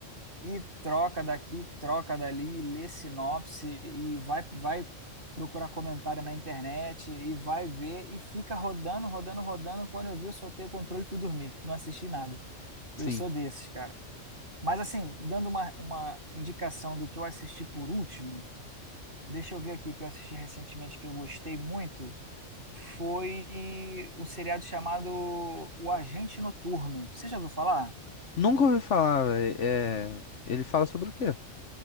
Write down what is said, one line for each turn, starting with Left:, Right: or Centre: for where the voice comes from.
Right: e troca daqui, troca dali, lê sinopse e vai, vai procurar comentário na internet e vai ver e fica rodando, rodando, rodando. Quando eu vi, eu soltei o controle e fui dormir. Não assisti nada. Eu
Left: Sim.
Right: sou desses, cara. Mas assim, dando uma, uma indicação do que eu assisti por último, deixa eu ver aqui que eu assisti recentemente que eu gostei muito foi um seriado chamado O Agente Noturno. Você já ouviu falar?
Left: Nunca ouvi falar, velho. É... Ele fala sobre o quê?